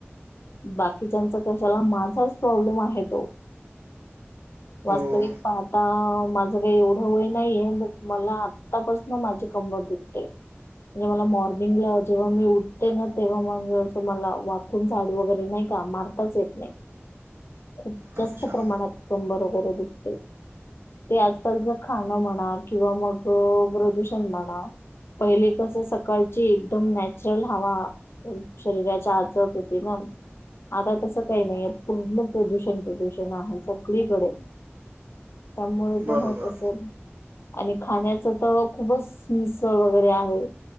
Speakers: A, on the left; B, on the right.
A: बाकीच्याचा कशाला माझाच प्रॉब्लेम आहे तो. वास्तविक
B: हो
A: पाहता माझं. एवढं वय नाही हे मग मला आत्तापासून माझी कंबर दुखते. म्हणजे मला मॉर्निंगला जेव्हा मी उठते ना तेव्हा मा मला वा. कोण साडू वगैरे नाही का मारताच येत नाही. खूप
B: अच्छा
A: जास्त प्रमाणात कंबर वगैरे दुखते. ते आजकालच खाणं म्हणा किंवा मग प्रदूषण म्हणा. पहिले कसं सकाळची एकदम नॅचरल हवा. शरीराच्या आचत होते मग आता तस काही नाहीये पूर्ण. प्रदूषण प्रदूषण आहे सगळीकडे त्यामुळे पण
B: बरोबर
A: होत असे. आणि खाण्याच तर खूपच मिसळ वगैरे आहे.